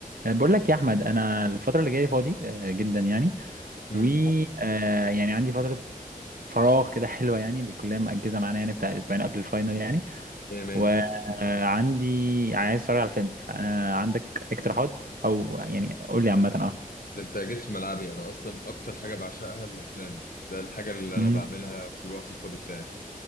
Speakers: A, on the right; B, on the left.
A: آه، بقول لك يا احمد انا الفتره اللي جايه فاضي آه، جدا يعني
B: امم
A: و آه، يعني عندي فتره فراغ كده حلوه يعني الكليه مأجزه معانا يعني بتاع اسبوعين قبل الفاينل يعني
B: ايه مية.
A: وعندي عايز اتفرج على فيلم فانا عندك اقتراحات او يعني قول لي عامه اه
B: ده انت جيت في ملعبي انا اصلا اكتر حاجه بعشقها الافلام يعني ده الحاجه اللي
A: مم.
B: انا بعملها في الوقت الفاضي بتاعي